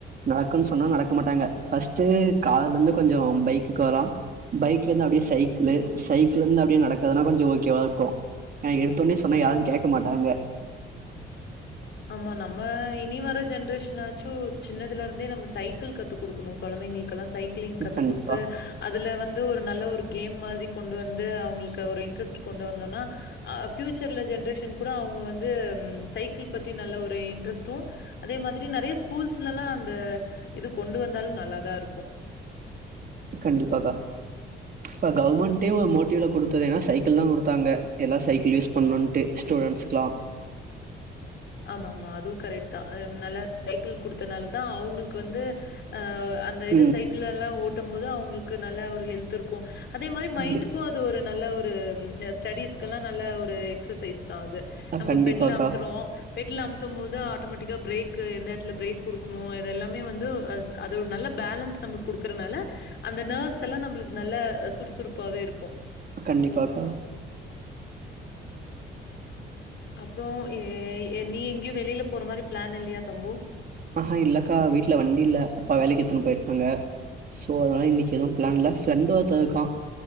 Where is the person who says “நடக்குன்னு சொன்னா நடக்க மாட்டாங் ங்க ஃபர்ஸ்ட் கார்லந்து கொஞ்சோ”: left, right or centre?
Right